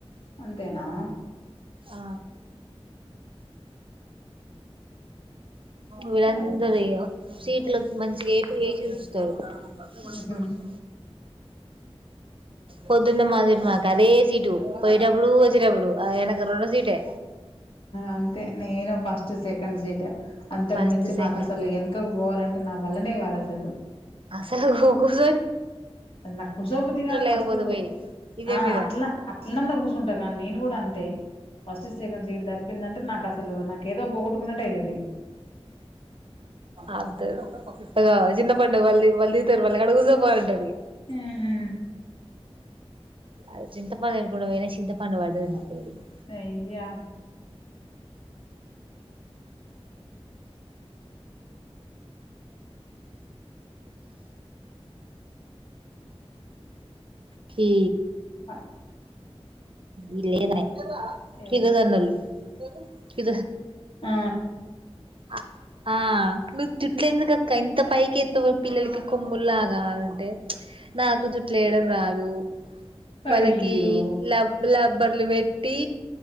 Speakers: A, on the left; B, on the right.
A: అంతేనా
B: ఆ వీళ్ళందరయ్య
A: సరే
B: సీట్ల మంచిగా ఏపీ వయిుతారు అద్ద పడుకు
A: ఉహు
B: రొ మ పొద్దున్న మాది మాక అదే సీటు పోయిటప్పుడు వచ్చిటాప్పుడు ఆ యనక రెండో సీటే
A: అంతే నేను ఫస్ట్ సెకండ్ సీట్ అంతకు
B: ఫస్ట్
A: మించి
B: సెకండ్
A: నాకు అసలు వెనకకు పోవాలంటే నా వల్లనే కాదు అసలు
B: అసలుగూకూరు
A: అది నాకు కూర్చోబుది కాదు
B: లేకపోతే
A: ఫస్ట్
B: పోయి ఇంజన్
A: ఆ
B: మీద
A: అట్లా అట్లనన్నా కూర్చుంటా కానీ నేను కూడా అంతే ఫస్ట్ సెకండ్ సీట్ తప్పిందంటే నాకు అసలు నాకు ఏదో పోగొట్టుకున్నట్అయితది
B: అదుదు చిన్న పండుగ అల్లి వళ్ళ దితరువళ్ళ కడ కూసా పోవాఅంటది
A: ఉహు
B: అది చింత పడిదికుడా ఏనే చింత పడి వర్ద నా ఇగ
A: అయ్యా
B: కి
A: ఆ
B: ఇ లేద
A: ఎవలు
B: కిలదన్నళు కి
A: ఆ
B: ఆ ఆ నువ్వు చుట్లంది కక్క ఇంత పైకి ఎస్తవు పిల్లలకి కొమ్ముల్లాగావాలంటే నాకు జుట్ లేయడం రాదు వాళ్ళకి
A: అయ్యో
B: ల లేబర్ పెట్టి